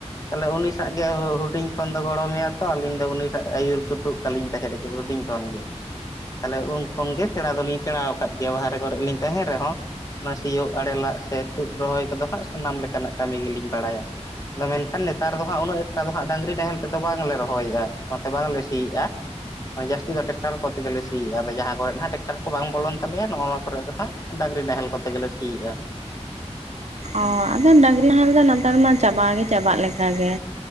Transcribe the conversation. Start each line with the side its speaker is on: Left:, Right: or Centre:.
Left: ᱛᱟᱦᱞᱮ ᱩᱱᱤ ᱥᱟᱜ ᱜᱮ ᱦᱩᱰᱤᱧ ᱠᱷᱚᱱ ᱫᱚ ᱜᱚᱲᱚᱢᱮᱭᱟ ᱛᱚ ᱟᱞᱤᱧ ᱫᱚ ᱩᱱᱤ ᱥᱟᱜ ᱟᱹᱭᱩᱨ ᱥᱩᱛᱩᱜ᱾ ᱠᱟᱞᱤᱧ ᱛᱟᱦᱮᱸᱫ ᱦᱩᱰᱤᱧ ᱠᱷᱚᱱ ᱜᱮ, ᱛᱟᱦᱮᱞᱮ ᱩᱱ ᱠᱷᱚᱱ ᱜᱮ ᱥᱮᱬᱟ ᱫᱚᱞᱤᱧ ᱥᱮᱬᱟ ᱣᱟᱠᱟᱫ ᱜᱮᱭᱟ ᱵᱟᱦᱟᱨ ᱮ ᱠᱚᱨᱮ ᱞᱤᱧ ᱛᱟᱦᱮᱸᱱ ᱨᱮᱦᱚᱸ ᱚᱱᱟ ᱥᱤᱭᱳᱜ ᱟᱲᱮᱞᱟᱜ ᱥᱮ ᱛᱩᱫ ᱨᱚᱦᱚᱭ ᱠᱚᱫᱚ ᱦᱟᱸᱜ ᱥᱟᱱᱟᱢ ᱞᱮᱠᱟᱱᱟᱜ ᱠᱟᱹᱢᱤ ᱜᱮᱞᱤᱧ ᱵᱟᱲᱟᱭᱟ᱾ ᱟᱫᱚ ᱢᱮᱱᱠᱷᱟᱱ ᱱᱮᱛᱟᱨ ᱫᱚ ᱦᱟᱸᱜ ᱩᱱᱟᱹᱜ ᱮᱠᱴᱟ ᱫᱚ ᱦᱟᱸᱜ ᱰᱟᱝᱜᱨᱤ ᱱᱟᱦᱮᱞ ᱛᱮᱫᱚ ᱵᱟᱝᱞᱮ ᱨᱚᱦᱚᱭᱮᱜ-ᱟ ᱚᱱᱟᱛᱮ ᱵᱟᱝᱞᱮ ᱥᱤᱭᱮᱜ-ᱟ᱾ ᱢᱟᱱᱮ ᱡᱟᱹᱥᱛᱤ ᱫᱚ ᱴᱮᱠᱴᱟᱨ ᱠᱚᱛᱮ ᱜᱮᱞᱮ ᱥᱤᱭᱮᱜ-ᱟ ᱟᱫᱚ ᱡᱟᱦᱟᱸ ᱠᱚᱨᱮᱫ ᱦᱟᱸᱜ ᱴᱮᱠᱴᱟᱨ ᱠᱚ ᱵᱟᱝ ᱵᱚᱞᱚᱱ ᱛᱟᱞᱮᱭᱟ ᱱᱚᱣᱟ ᱠᱚᱨᱮᱜ ᱫᱚ ᱦᱟᱸᱜ ᱰᱟᱝᱜᱨᱤ ᱱᱟᱦᱮᱞ ᱠᱚᱛᱮ ᱜᱮᱞᱮ ᱥᱤᱭᱮᱜ-ᱟ᱾
Right: ᱚᱸ ᱟᱫᱚ ᱰᱟᱝᱜᱨᱤ ᱱᱟᱦᱮᱞ ᱫᱚ ᱱᱮᱛᱟᱨ ᱢᱟ ᱪᱟᱵᱟ ᱜᱮ ᱪᱟᱵᱟᱜ ᱞᱮᱠᱟ ᱜᱮ᱾